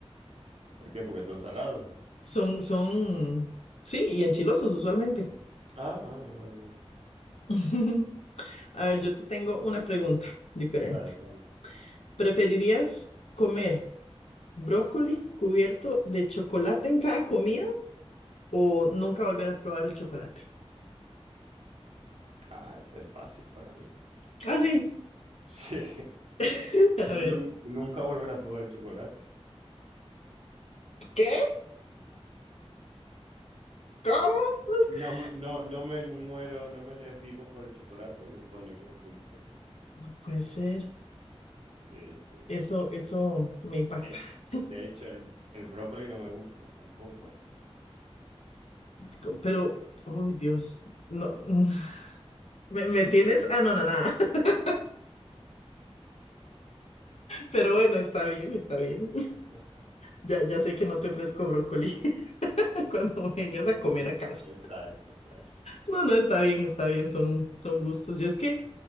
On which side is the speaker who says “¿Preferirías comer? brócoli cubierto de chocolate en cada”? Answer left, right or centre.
Left